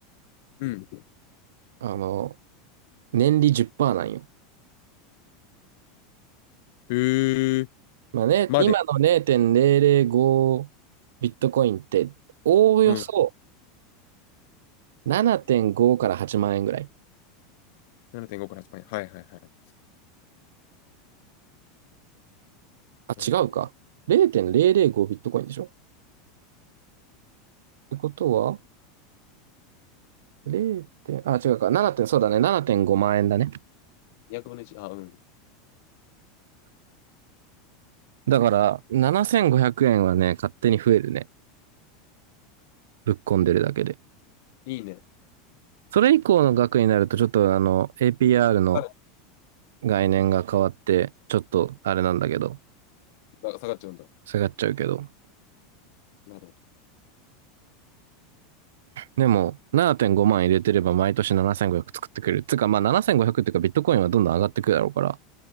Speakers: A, on the left; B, on the right.
A: うん。
B: あの、年利10%なんよ。
A: へえ、
B: まあね、
A: まで。
B: 今の0.005ビットコインって、おおよそ
A: うん。
B: 7.5から8万円ぐらい。
A: 7.5から8円はいはいはい。
B: あ、違うか。
A: 7.5。
B: 0.005ビットコインでしょてことは、0点、あ、違うか、7点、そうだね、7.5万円だね。
A: 200分の1。あ、うん。
B: だから、7500円はね、勝手に増えるね。ぶっ込んでるだけで。
A: いいね。
B: それ以降の額になると、ちょっとあの、APR の
A: あ、
B: 概念が変わって、ちょっとあれなんだけど、
A: 下がっちゃうんだ。
B: 下がっちゃうけど。
A: なるほ
B: でも、7.5万入れてれば毎年7500作ってくれる。つうか、まあ7500っていうか、ビットコインはどんどん上がってくるだろうから、